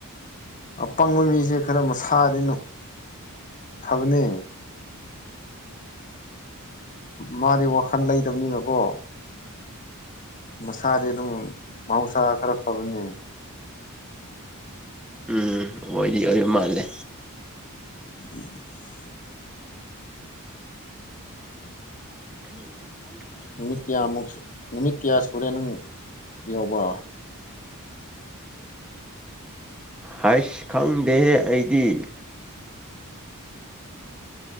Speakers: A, on the left; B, in the centre.
A: ꯑꯄꯪꯕ ꯃꯤꯁꯦ ꯈꯔ ꯃꯁꯥꯗꯤꯅꯨ ꯐꯕꯅꯦ ꯃꯥꯗꯤ ꯋꯥꯈꯜ ꯂꯩꯇꯕꯅꯤꯅꯀꯣ ꯃꯁꯥꯗꯤ ꯑꯗꯨꯝ ꯃꯍꯧꯁꯥ ꯈꯔ ꯐꯕꯅꯦ
B: ꯎꯝ ꯑꯣꯏꯗꯤ ꯑꯣꯏꯕ ꯃꯥꯜꯂꯦ
A: <inaudible>
B: <inaudible>
A: ꯅꯨꯃꯤꯠ ꯀꯌꯥꯃꯨꯛꯁꯨ ꯅꯨꯃꯤꯠ ꯀꯌꯥ ꯁꯨꯔꯦ ꯅꯪ ꯌꯧꯕ
B: ꯍꯥꯏꯁ ꯈꯪꯗꯦꯍꯦ ꯑꯩꯗꯤ